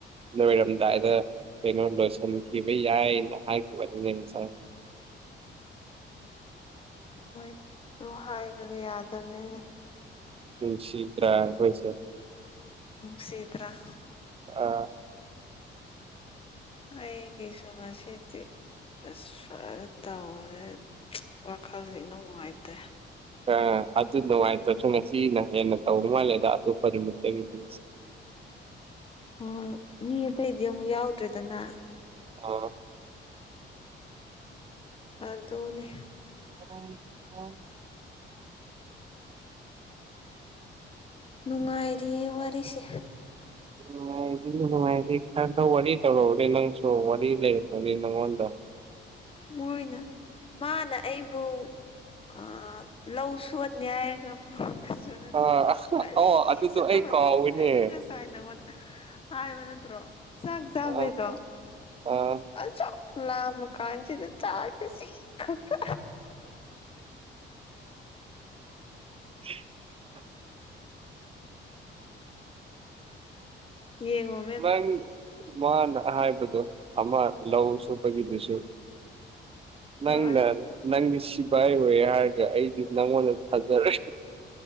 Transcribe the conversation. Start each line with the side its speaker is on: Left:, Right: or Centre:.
Right: ꯂꯣꯏꯔꯝꯗꯥꯏꯗ ꯀꯩꯅꯣ ꯂꯣꯏꯁꯤꯟꯈꯤꯕ ꯌꯥꯏꯅ ꯍꯥꯏꯈꯤꯕꯅꯤꯅꯦ ꯉꯁꯥꯡ
Left: ꯍꯣꯏ ꯑꯗꯨ ꯍꯥꯏꯕꯗꯤ ꯌꯥꯗꯝꯅꯤꯅꯦ
Right: ꯎ ꯁꯤꯗ꯭ꯔꯥ ꯑꯣꯏꯣꯏꯁꯦ
Left: ꯅꯨꯡ ꯁꯤꯇ꯭ꯔꯥ
Right: ꯑ
Left: ꯑꯩꯒꯤꯁꯨ ꯉꯁꯤꯖꯦ ꯑꯁ꯭ꯋꯥꯏꯗ ꯇꯧꯔꯦ ꯋꯥꯈꯜꯁꯤꯦ ꯏꯅꯧ ꯅꯨꯡꯉꯥꯏꯇꯦ
Right: ꯑ ꯑꯗꯨ ꯅꯨꯡꯉꯥꯏꯇ꯭ꯔꯁꯨ ꯉꯁꯤꯅ ꯍꯦꯟꯅ ꯇꯧꯔ ꯃꯥꯜꯂꯦꯗ ꯑꯇꯣꯞꯄ ꯅꯨꯃꯤꯠꯇꯒꯤꯗꯤ
Left: ꯍꯣꯏ ꯃꯤ ꯑꯇꯩꯗꯤ ꯑꯃꯨꯛ ꯌꯥꯎꯗ꯭ꯔꯦꯗꯅ
Right: ꯑꯣ
Left: ꯑꯗꯨꯅꯦ
Right: ꯑ ꯏꯣ
Left: ꯅꯨꯡꯉꯥꯏꯔꯤ ꯋꯥꯔꯤꯁꯦ
Right: ꯅꯨꯡꯉꯥꯏꯔꯤ ꯅꯨꯡꯉꯥꯏꯔꯤ ꯈꯔ ꯈ ꯋꯥꯔꯤ ꯇꯧꯔꯛꯎꯅꯦ ꯅꯪꯁꯨ ꯋꯥꯔꯤ ꯂꯩꯔꯔꯕꯅꯤ ꯅꯪꯉꯣꯟꯗ
Left: ꯃꯣꯏꯅ ꯃꯥꯅ ꯑꯩꯕꯨ ꯫ ꯑ ꯂꯧ ꯁꯨꯍꯟꯅꯤ ꯍꯥꯏꯔꯒ ꯫ ꯀꯁꯨ ꯅꯠꯇꯦ
Right: ꯑꯥ
Left: ꯊꯕꯛ ꯀꯔꯤꯁꯨ
Right: ꯑꯣ ꯑꯗꯨꯗꯣ
Left: ꯇꯧꯍꯜꯂ
Right: ꯑꯩ ꯀꯥꯎꯋꯤꯅꯦ
Left: ꯑꯩꯅ ꯉꯁꯥꯏ ꯅꯪ ꯍꯥꯏꯕ ꯅꯠꯇ꯭ꯔꯣ ꯆꯥꯛ ꯆꯥꯕꯩꯗꯣ
Right: ꯑꯥ ꯑꯥ
Left: ꯑ ꯆꯣꯛ ꯂꯥꯝꯃ ꯀꯥꯟꯁꯤꯗ ꯆꯥꯛꯁꯤ ꯁꯤ ꯈꯛꯇ
Right: ꯍ
Left: ꯌꯦꯉꯣ
Right: ꯅꯪ ꯃꯥꯅ ꯍꯥꯏꯕꯗꯣ ꯑꯃ ꯂꯧ ꯁꯨꯕꯒꯤꯗꯨꯁꯨ ꯫ ꯅꯪ
Left: ꯍꯣꯏ
Right: ꯂꯥ ꯫ ꯅꯪꯗꯤ ꯁꯤꯐꯥꯏ ꯑꯣꯏ ꯍꯥꯏꯔꯒ ꯑꯩꯗꯤ ꯅꯪꯉꯣꯟꯗ ꯊꯥꯖꯔꯣꯏ